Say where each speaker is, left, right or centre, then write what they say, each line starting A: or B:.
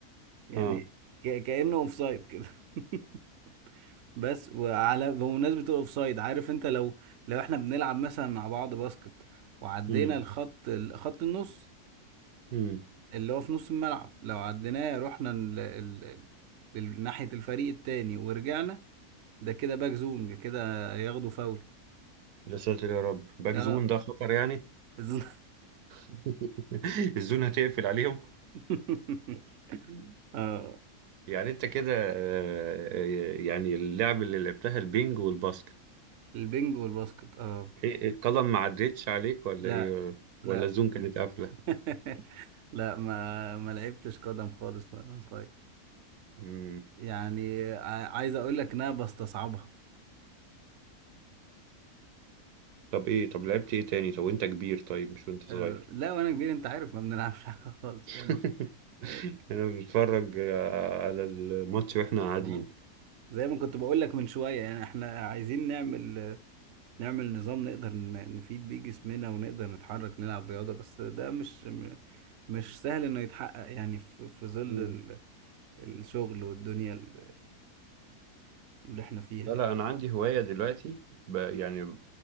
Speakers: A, on the right (about 60°); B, on the right (about 80°).
A: يعني
B: اه
A: ك... كأنه اوفسايد كده <laughs> بس وعلى بمناسبة الاوفسايد عارف انت لو لو احنا بنلعب مثلا مع بعض باسكت وعدينا
B: مم.
A: الخط ال- خط النص
B: مم.
A: اللي هو في نص الملعب لو عديناه رحنا ال- ال- ال- ال- ناحية الفريق التاني ورجعنا ده كده باك زون ده كده ياخدوا فاول
B: يا ساتر يا رب باك
A: اه
B: زون ده خطر يعني
A: الزون-
B: <laughs> الزون هتقفل عليهم
A: <laughs> اه
B: يعني انت كده آه، آه، يعني اللعب اللي لعبتها البينج والباسكت
A: البنج والباسكت اه
B: إيه- إيه، القلم ما عدتش عليك ولا
A: لا
B: ايه
A: لا
B: ولا الزون كانت قافلة
A: <laughs> لا ما ما لعبتش قدم خالص وانا صغير
B: مم.
A: يعني ع- عايز اقول لك ان انا بستصعبها
B: طب ايه طب لعبت ايه تاني طب وانت كبير طيب مش وانت صغير
A: آه، لا وانا كبير انت عارف ما بنلعبش <laughs> حاجه خالص
B: <laughs>
A: يعني آه،
B: احنا بنتفرج آه، على الماتش واحنا قاعدين
A: آه. زي ما كنت بقول لك من شويه يعني احنا عايزين نعمل آه، نعمل نظام نقدر ن- نفيد بيه جسمنا ونقدر نتحرك نلعب رياضه بس ده مش م- مش سهل انه يتحقق يعني في في ظل
B: مم.
A: ال- الشغل والدنيا ال- اللي احنا فيها
B: لا لا
A: يعني
B: انا عندي هواية دلوقتي ب يعني ب